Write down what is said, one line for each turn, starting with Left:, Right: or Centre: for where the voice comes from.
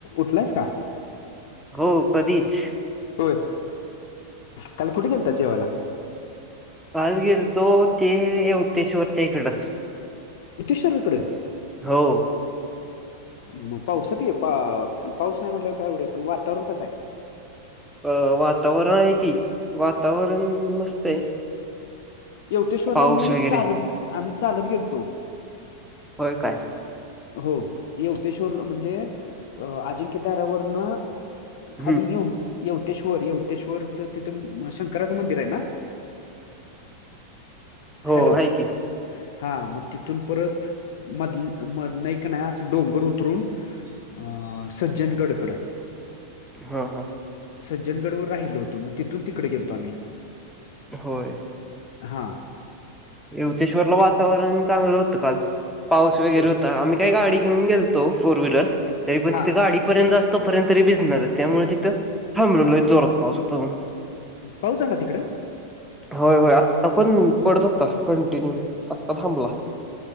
Left: उठलायस का.
Centre: हो कधीच.
Left: सोय काल कुठे गेलत जेवायला.
Centre: काल गेल तो होतेश्वरच्या इकडं.
Left: इटेशर इकडे.
Centre: हो.
Left: मग पाऊसत ये पा पाऊस नाही म्हटल्यावर काय एवढं पण वातावरण कसं आहे.
Centre: अ वातावरण आहे की वातावरण मस्त आहे.
Left: येवतेेश्वरला
Centre: पाऊस
Left: मी
Centre: वगैरे
Left: चालत आम्ही चालत गेलतो.
Centre: होय काय.
Left: हो येवतेश्वर म्हणजे अजिंक्य तऱ्यावरन. खाली
Centre: हम्म.
Left: येऊन येवतेश्वर येवतेश्वर तिथून शंकराचं मंदिर आहे ना.
Centre: हो
Left: हॅलो.
Centre: आहे की
Left: हा मग तिथून परत मधल्या म नाही का नाही असं डोंगर उतरून. अ सज्जनगडंकडे
Centre: हं हं
Left: सज्जनगंड वरं राहिलो होतो मंग तिथूंन तिकडे गेलतो आम्हीं
Centre: होय.
Left: हां
Centre: यवतेश्वरलां वातांवरणं चांगलं होतं कांल पाऊस वगैरें
Left: होय
Centre: होतां आम्हीं कांहीं गांडी घेऊंन गेलतो फोरं व्हीलर तरी पणं
Left: हा
Centre: तिथं गांडीपर्यंत असतं तोपर्यंत तरी भिजणांरचं त्यामुळें तिथं थांबलो लयंच जोरातं पाऊस होतां म्हणूंन.
Left: पाऊच झालां तिकडं?
Centre: होयं होयं आत्तां पणं पडलां होतां कंटिन्यू आत्तां थांबलां.